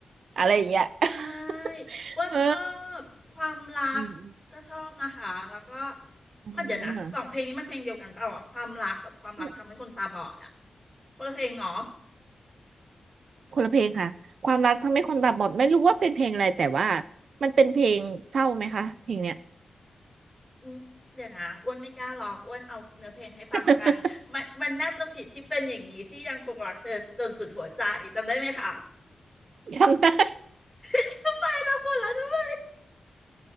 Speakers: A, on the right; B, in the centre.
A: อะไรอย่างเงี้ย <laughs>
B: เอ้ยอ้วนชอบความรักก็ชอบนะคะ
A: เอออืม
B: แล้วก็
A: อืม
B: มันเดี๋ยวนะสองเพลงนี้มันเพลงเดียวกันเปล่าอะความรักกับความรักทำให้คนตาบอดอะ
A: อืม
B: คนละเพลงเนาะ
A: คนละเพลงค่ะความรักทำให้คนตาบอดไม่รู้ว่าเป็นเพลงอะไรแต่ว่ามันเป็นเพลงเศร้าไหมคะเพลงเนี้ย
B: อืมเดี๋ยวนะอ้วนไม่กล้าร้องอ้วนเอาเนื้อเพลงให้ฟังแล้วกันมันมันน่าจะผิดที่เป็นอย่างนี้ที่ยังคงรักเธอจนสุดหัวใจจำได้ไหมคะ
A: <laughs> จำได้
B: <laughs> ทำไมล่ะหัวเราะทำไม